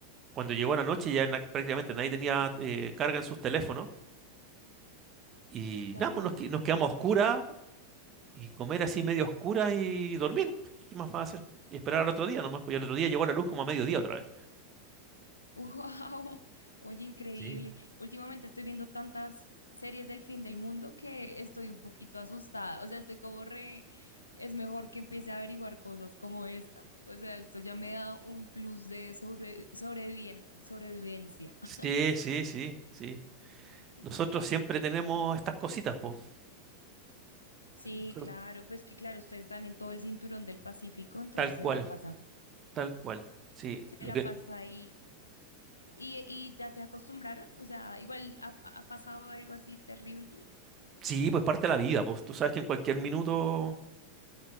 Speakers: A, on the right (about 30°); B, on the left (about 80°).
A: cuando llegó la noche ya na- prácticamente nadie tenía eh, carga en sus teléfonos. Y
B: Claro.
A: nada, pues nos, que- nos quedamos a oscuras y comer así medio a oscuras y dormir. ¿Qué más va a hacer? Y esperar al otro día nomás, pues y al otro día llegó la luz como a mediodía otra vez.
B: <laughs> Wow. Oye, increíble.
A: Sí.
B: Últimamente estoy viendo tantas series del fin del mundo que estoy un poquito asustada. O sea, estoy como re... Es mejor que empiece a averiguar cosas como esta. O sea, esto ya me da un plus de sobre... sobreviven- sobrevivencia. <laughs>
A: Sí, sí, sí, sí.
B: Sí,
A: Nosotros
B: porque
A: siempre tenemos estas cositas, pues.
B: Sí,
A: Nosotros-
B: claro, pues que claro, ustedes están en todo el cinturón del Pacífico, entonces
A: Tal cual,
B: se la pasa,
A: tal cual. Sí,
B: se
A: lo
B: la
A: que
B: pasa ahí. ¿Y, y ya te acostumbraron? O sea, igual ha, ha pasado algo así terrible.
A: Sí, pues parte de la vida, pues tú sabes que en cualquier minuto